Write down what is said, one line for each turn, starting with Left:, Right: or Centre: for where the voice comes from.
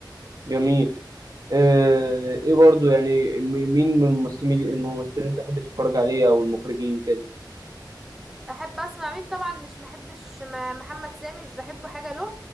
Right: جميل آه، ايه برضو يعني م- مين من الممثلين الممثلين تحب تتفرج عليه او المخرجين كده
Centre: احب اسمع مين طبعا مش محبش م- محمد سامي مش بحبه حاجه له